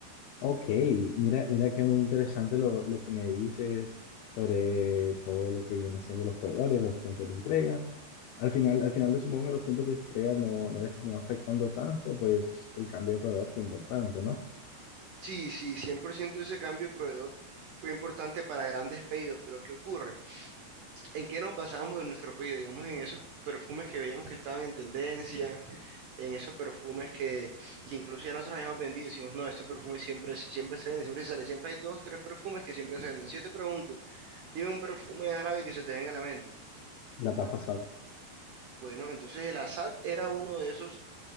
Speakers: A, on the left; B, on the right.
A: Ok. Mira, mira que muy interesante lo, lo que me dices sobre todo lo que viene siendo los proveedores, los tiempos de entrega. Al final, al final supongo que los tiempos de entrega no, no les terminó afectando tanto, pues el cambio de proveedor fue importante, ¿no?
B: Sí, sí, 100% ese cambio de proveedor fue importante para grandes pedidos, pero ¿qué ocurre? ¿En qué nos basábamos en nuestro pedido? Digamos, en esos perfumes que veíamos que estaban en tendencia, en esos perfumes que, que incluso ya nosotros habíamos vendido, decimos, no, estos perfumes siempre, siempre se venden, siempre se sale, siempre hay dos, tres perfumes que siempre se venden. Si yo te pregunto, dime un perfume árabe que se te venga a la mente.
A: La tasa SAT.
B: Bueno, entonces el Assad era uno de esos